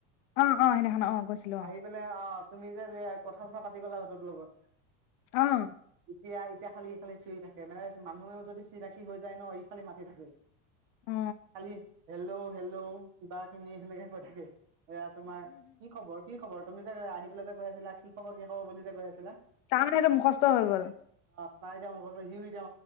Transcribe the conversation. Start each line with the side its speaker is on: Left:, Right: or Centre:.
Left: অহ ', অহ ', সেইদিনাখন অ', গৈছিলো
Right: আহি
Left: অ',।
Right: পেলাই অ তুমি যে আজিয়ে কথা -চথা পাতি গ'লা সিঁহতৰ লগত।
Left: অহ ',
Right: এতিয়া- এতিয়া, খালি -খালি চিঞৰি থাকে মানুহে যদি চিনাকি হৈ যায় ন', ই খালি মাতি থাকে।
Left: অ
Right: খালি, হেল্ল- হেল্ল কিবা কিনি এনেকে কৈ থাকে এয়া তোমাৰ কি খবৰ? কি খবৰ? তুমি যে আহিপেলাই যে কৈ আছিলা কি খবৰ? কি খবৰ বুলি যে কৈ আছিলা
Left: তাৰমানে সেইটো মুখষ্ট হৈ গ'ল।
Right: অ তাই এতিয়া, মুঠতে সিও এতিয়া